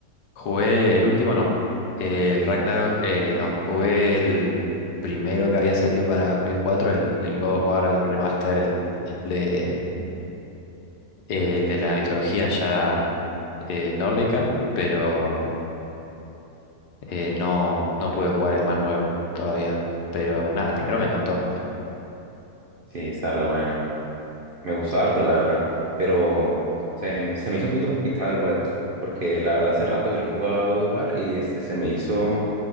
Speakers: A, on the left; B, on the right.
A: Jugué el último, no. El Ragnarok, eh, no. Jugué el primero que había salido para Play 4, el, el God of War, el remaster, el el de
B: Ujú.
A: eh, el de la mitología ya eh, nórdica, pero eh, no, no pude jugar el más nuevo todavía. Pero nada, el primero me encantó.
B: Sí, está re bueno. Me gustó
A: Sí.
B: harto, la verdad, pero se, se me hizo un poquito complicado igual, porque la verdad hace rato que no jugaba God of War y este se me hizo